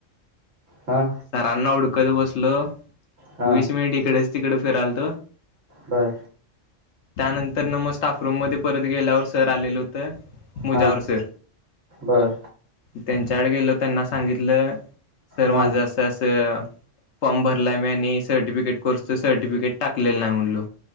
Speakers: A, on the right (about 75°); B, on the left (about 65°).
A: हा
B: सरांना हुड क बसलो.
A: हा
B: वीस मिनिट इकडेच तिकडे फिराल तो.
A: बर
B: त्यानंतर ना मग स्टाफरूम मध्ये परत गेल्यावर सर आलेलं होतं मुजावर
A: हा
B: सर
A: बरं.
B: त्यांच्याकडे गेलो त्यांना सांगितलं सर माझं
A: हा
B: अस फॉर्म भरला मी आणि सर्टिफिकेट कोर्सच सर्टिफिकेट टाकलेलं नाही म्हणलो